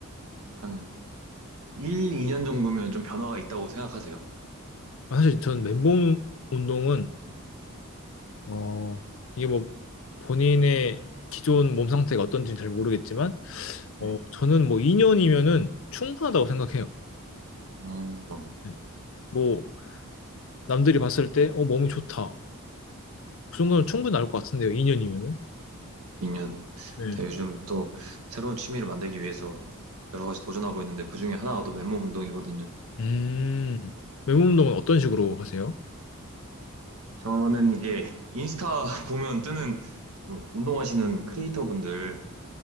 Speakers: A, on the right; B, on the left.
A: 한 1, 2년 정도면 좀 변화가 있다고 생각하세요?
B: 아, 사실 전 맨몸 운동은, 어, 이게 뭐 본인의 기존 몸 상태가 어떤지는 잘 모르겠지만,
A: 네.
B: 어, 저는 뭐 2년이면은 충분하다고 생각해요.
A: 음,
B: 네. 뭐, 남들이 봤을 때, 어, 몸이 좋다. 그 정도는 충분히 나올 것 같은데요, 2년이면은.
A: 2년.
B: 네.
A: 제가 요즘 또 새로운 취미를 만들기 위해서 여러 가지 도전하고 있는데 그중에 하나가 또 맨몸 운동이거든요.
B: 음, 맨몸 운동은 어떤 식으로 하세요?
A: 저는 이게 인스타 <laughs> 보면 뜨는 그 운동하시는 크리에이터 분들